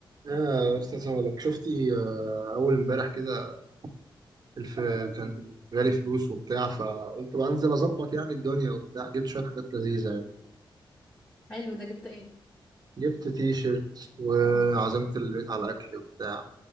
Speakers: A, on the right (about 50°); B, on the left (about 25°).
A: يا استاذ هقولك شفتي آه، اول امبارح كده الف كان جالي فلوس وبتاع فقلت بقى انزل اظبط يعني الدنيا وبتاع جبت شويه حاجات لذيذه يعني
B: حلو ده جبت ايه
A: جبت تي شيرت وعزمت البيت على اكل وبتاع